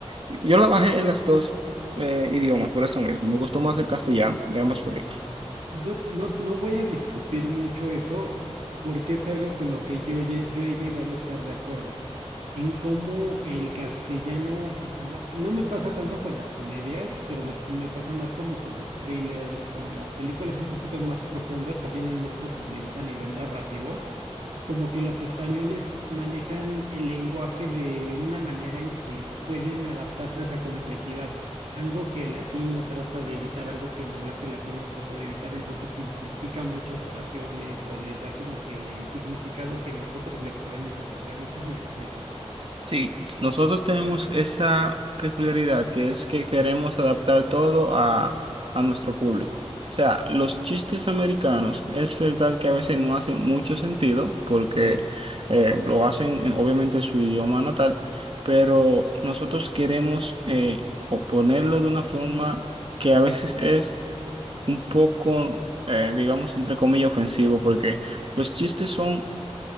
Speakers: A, on the right; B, on the right.
A: Yo la bajé en las dos eh, idiomas, por eso mismo. Me gustó más el castellano de ambas películas.
B: No, no, no voy a discutir mucho eso porque es algo con lo que yo, lle- yo he llegado a estar de acuerdo. en cómo el castellano, bu- no me pasa tanto con las comedias, pero me, me pasa más como con los thrillers, con las películas un poquito más profundas, que tienen más profundidad a nivel narrativo, como que los españoles manejan el lenguaje de una manera en que pueden adaptarse a esa complejidad. Algo que el latino trata de evitar, algo que el doblaje latino trata de evitar, entonces simplifica muchas oraciones o les da como que el significado que nosotros le podemos entender. No sé si me explico.
A: Sí, nosotros tenemos esa peculiaridad que es que queremos adaptar todo a, a nuestro público. O sea, los chistes americanos es verdad que a veces no hacen mucho sentido porque
B: Ujú,
A: eh, lo hacen en- obviamente en su idioma natal, pero nosotros queremos eh, co- ponerlo de una forma que a veces es un poco, eh, digamos, entre comillas, ofensivo porque los chistes son